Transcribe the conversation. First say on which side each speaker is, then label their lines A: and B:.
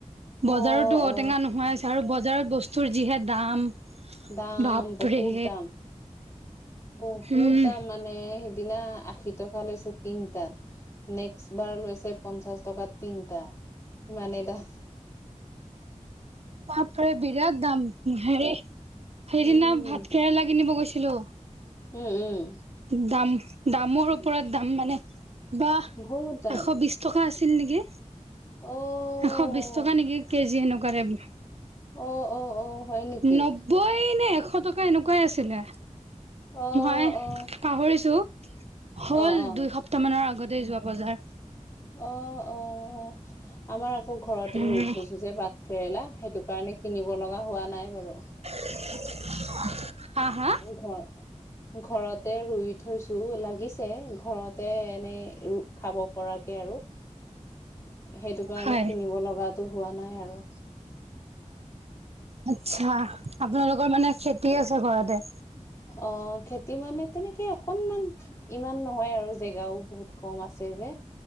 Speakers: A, on the left; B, on the right.
A: অ',
B: বজাৰতো ঔটেঙা
A: অ',
B: নোহোৱাই হৈছে আৰু বজাৰত বস্তুৰ যিহে দাম।
A: দাম
B: বাপৰে।
A: বহুত দাম বহুত
B: উম
A: দাম মানে দিনা আশী টকা লৈছে তিনটাত নেক্সট বাৰ লৈছে পঞ্চাশ টকাত তিনটা মানে দা
B: পাপৰে বিৰাট দাম হেৰি সেইদিনা
A: উম,
B: ভাত কেৰেলা কিনিব গৈছিলো
A: উম, উম
B: দাম দামৰ ওপৰত দাম মানে কিবা
A: বহুত দাম
B: এশ বিশ টকা আছে নেকি
A: অ'।
B: এশ বিশ টকা নেকি কেজি সেনেকুৱা টাইপ
A: অ অ অ হয় নেকি
B: নব্বৈ নে এশ টকা এনেকুৱাই আছিলে
A: অ
B: মই
A: অ
B: পাহৰিছো হল
A: অ অ
B: দুই সপ্তাহ মানৰ আগতে যোৱা বজাৰ
A: অ অ আমাৰ আকৌ ঘৰতে
B: উম
A: ৰুই থৈছো যে বাট কেৰেলা সেইটো কাৰণে কিনিব লগা হোৱা নাই বাৰু
B: <unintelligible> হা হা
A: ঘ ঘৰতে ৰুই থৈছো লাগিছে ঘৰতে এনেই খাব পৰা আৰু সেইটো কাৰণে
B: হয়
A: কিনিব লগা টো হোৱা নাই আৰু
B: আচ্ছা আপোনালোকৰ মানে খেতি আছে ঘৰতে
A: অ খেতি মানে তেনেকে অকনমান ইমান নহয় আৰু জেগাও বহুত কম আছে যে